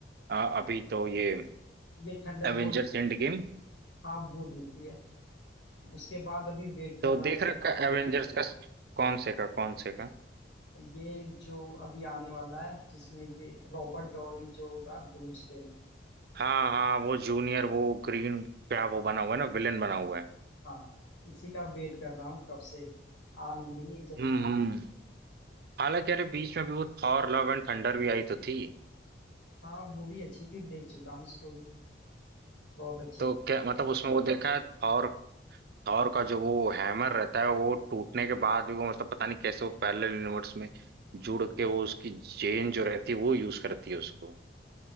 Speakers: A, on the right; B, on the left.
A: अ, अभी तो ये
B: ये थंडर
A: एवेंजर्स
B: बोल्ट
A: एंड गेम
B: हाँ वो देखी है उसके बाद अभी वेट कर
A: तो
B: रहा हूँ
A: देख रखा एवेंजर्स का कौन से का कौन से का
B: ये जो अभी आने वाला है जिसमें ये रॉबर्ट डॉरी जो होगा डूम्सडे में
A: हाँ हाँ वो जूनियर वो ग्रीन क्या वो बना हुआ है ना विलेन बना हुआ है
B: हाँ इसी का वेट कर रहा हूँ कब से आ नहीं रही है जल्दी
A: हम्म हम्म। हालांकि अरे बीच में भी वो थॉर लव एंड थंडर भी आई तो थी
B: हाँ वो भी अच्छी थी देख चुका हूँ उसको भी बहुत अच्छी
A: तो
B: थी
A: क्या मतलब उसमें वो देखा है थॉर थॉर का जो वो हैमर रहता है वो टूटने के बाद भी वो मतलब पता नहीं कैसे वो पैरेलल यूनिवर्स में जुड़ के वो उसकी जेन जो रहती है वो यूज करती है उसको